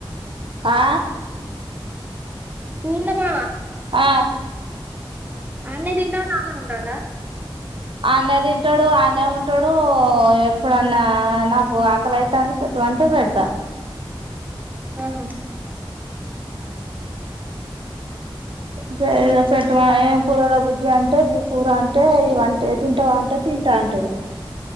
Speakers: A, on the right (about 70°); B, on the right (about 20°).
A: ఆ
B: పూర్ణ బావ
A: ఆ
B: అనే తింటాడు అనే ఉంటాడా?
A: అనే తింటాడు ఆనే ఉంటాడు, ఎప్పుడన్నా నాకు ఆకలి అయితుంది పెట్టమంటే పెడతా.
B: ఆహా
A: దే పెట్టు మని ఏం కూరరా బుజ్జి అంటే, ఈ కూర అంటే ఇ అంటే తింటవా అంటే తింటా అంటాడు.